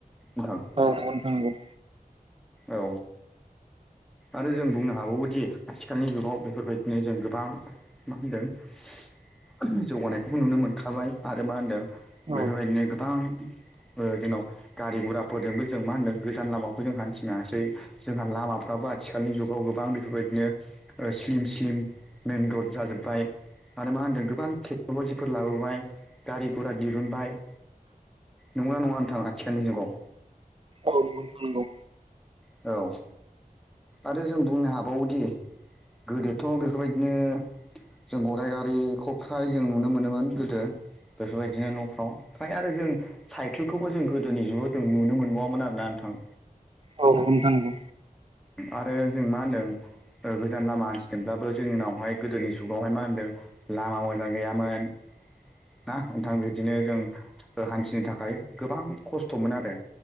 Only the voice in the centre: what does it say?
ओं थां
औ आरो जों बुंनो हाबावोदि आथिखालनि जुगाव बेफोरबायदिनो जों गोबां मा होनदों जौगानाय बे नुनो मोनखाबाय आरो मा होनदों बेफोरबायदिनो
गोबां जोंन गारि गुराफोरजोंबो जों मा होनदों गोजान लामाखौ जों हानथिनांङासै जोंहा लामाफ्राबो आथिखालनि जुगाव गोबां बेफोरबायदिनो स्लिम स्लिम मेइेन रड जाजोब्बाय आरोान मा होनदों गोबां टेक्न'लजिफोर लाबोबाय गारि गरा दिरुनबाय नंगौ ना नङा नोंथां आथिखालनि जुगाव
औ आरो जों बुंनो हाबावोदि गोदोथ' बेफोरबायदिनो जों गराय गारिखौ फ्राय जों नुनो मोनोमोन गोदो बेफोरबायदिनो न'फ्राव फ्रायानो जों साइकेलखौबो जों गोदोनि जुगाव जों नुनो मोनबावामोन आरो ना नोंथां
आरो जों मा होनदों गोजान लामा हान्थिदोंब्लाबो जोंनावहाय गोदोनि जुगावहाय मा होनदों लामा मोजां गैयामोन ना नोंथां बिदिनो जों हान्थिनो थाखाय गोबां खस्थ'मोन आरो